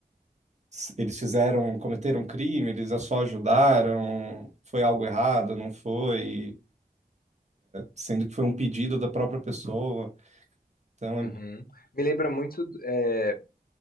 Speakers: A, on the right (about 45°); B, on the left (about 70°).
A: s- eles fizeram, cometeram crime, eles só ajudaram, foi algo errado, não foi, sendo que foi um pedido da própria pessoa. Então
B: uhum.
A: é.
B: Me lembra muito. é,